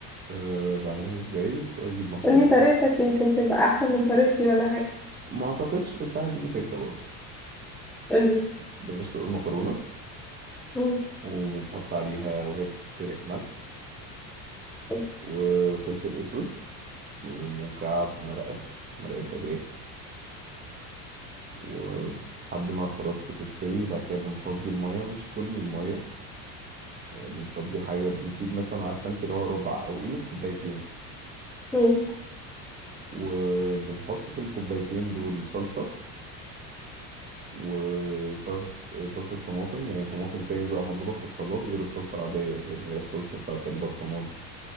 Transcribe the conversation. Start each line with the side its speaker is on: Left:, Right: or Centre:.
Right: أه بعملها ازاي بجيب مكرونة
Centre: قولي طريقتك يمكن تبقى احسن من طريقتي ولا حاجة
Right: ما اعتقدش بس انا ليكي فكرة برضه
Centre: قولي
Right: بنسلق المكرونة
Centre: مم.
Right: وبنحط عليها وهي بتتسلق ملح
Centre: مم.
Right: وفلفل اسود ومكعب مرقة مرقة دجاج ولحد ما خلاص بتستوي بعد كده بنفضي المية مش كل المية يعني بنفضي حاجة بنسيب مثلا عارفة انت اللي هو ربع أو قيمة كوبايتين
Centre: مم.
Right: وبنحط في الكوبايتين دول صلصة وصلصة صلصة طماطم يعني طماطم تاني بقى مضروبة في الخلاط غير الصلصة العادية غير اللي هي الصلصة بتاعة البرطمان